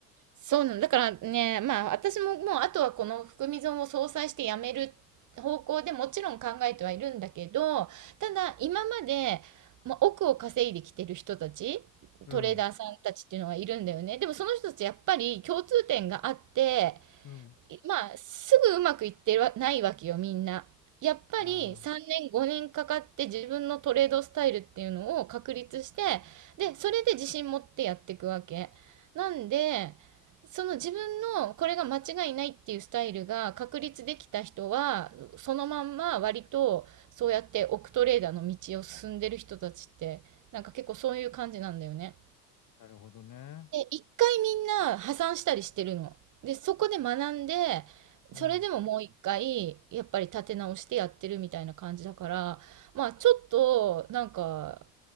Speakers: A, on the right; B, on the left.
A: そうなんだからね、まあ私ももうあとはこの含み損を相殺してやめる方向でもちろん考えてはいるんだけど、ただ今まで、まあ、億を稼いできてる人たち、
B: うん。
A: トレーダーさんたちっていうのがいるんだよね。でもその人たちやっぱり共通点があって、
B: うん。
A: いまあ、すぐうまくいってはないわけよ、みんな。やっぱり3年、
B: ああ、
A: 5年かかって自分のトレードスタイルっていうのを確立して、で、それで自信持ってやっていくわけ。なんで、その自分のこれが間違いないっていうスタイルが確立できた人は、そのまんま割とそうやって億トレーダーの道を進んでる人たちって、なんか結構そういう感じなんだよね。
B: なるほどね。
A: で、一回みんな破産したりしてるの。で、そこで学んで、
B: うん。
A: それでももう一回、やっぱり立て直してやってるみたいな感じだから、まあちょっと、なんか、